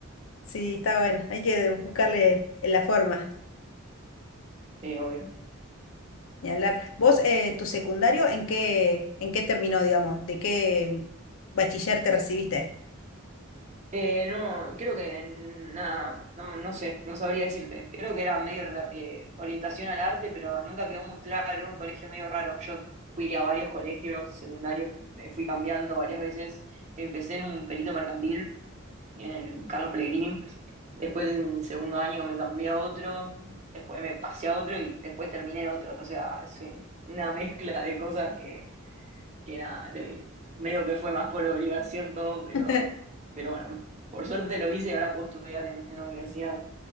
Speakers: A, on the left; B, on the right.
A: Sí, está bueno, hay que buscarle la forma
B: Sí, obvio.
A: y hablar. ¿Vos, eh, tu secundario, en qué, en qué terminó, digamos? ¿De qué bachiller te recibiste?
B: Eh, no, creo que nada, no, no sé, no sabría decirte. Creo que era medio rela- eh, orientación al arte, pero nunca quedó muy claro, era un colegio medio raro. Yo fui a varios colegios secundarios, me fui cambiando varias veces. Empecé en un perito mercantil, en el Carlos Pellegrini, Después en segundo año me cambié a otro, después me pasé a otro y después terminé en otro. O sea, es un- una mezcla de cosas que, que nada, le- medio que fue más por obligación todo, pero,
A: <laughs>
B: pero bueno, por suerte lo hice y ahora puedo estudiar en, en la universidad.